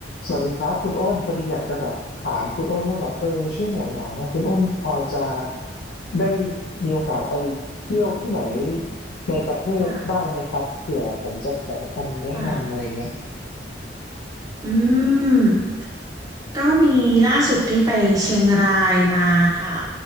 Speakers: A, on the left (about 60°); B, on the right (about 20°).
A: สวัสดีครับคุณอ้นพอดีอยากจะแบบถามคุณอ้นว่าแบบเออช่วงหลังๆนะคุณอ้นพอจะได้มีโอกาสไปเที่ยวที่ไหนในประเทศบ้างไหมครับเผื่อผมจะขอคำแนะนำอะไรเงี้ย
B: ค่ะค่ะอืมก็มีล่าสุดที่ไปเชียงรายมาค่ะ